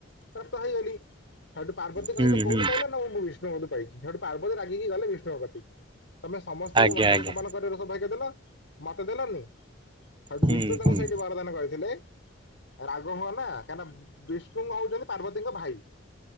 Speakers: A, on the left; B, on the right.
A: ପ୍ରାପ୍ତ ହେଇଗଲି ସେଇଠୁ ପାର୍ବତୀ
B: ହୁଁ
A: କହିଲେ କୋଉଠୁ
B: ହୁଁ
A: ପାଇିଲ ନଁ ମୁଁ ବିଷ୍ଣୁବତ <unintelligible> ପାଇଛି ସେୋଠି ପାର୍ବତ ରାଗିକି ଗଲେ ବିଷ୍ଣୁବ କତିକି। ତମେ ସମସ୍ତଙ୍କୁ
B: ଆଜ୍ଞା
A: ମହାପ୍ରସାଦ
B: ଆଜ୍ଞା
A: ସେବନ କରିବାର ସୌଭାଗ୍ୟ ଦେଲ ମତେ ଦେଲନି। ସେଠୁ
B: ହୁଁ
A: ବିଷ୍ଣୁ ତାଙ୍କୁ
B: ହୁଁ।
A: ସେଇଠି ବରଦାନ କରିଥିଲେ ରାଗ ହୁଅ ନା କାହିଁକିନା ବିଷ୍ଣୁ ଷ୍ଣୁ ହଉଛନ୍ତି ପାର୍ବତୀଙ୍କ ଭାଇ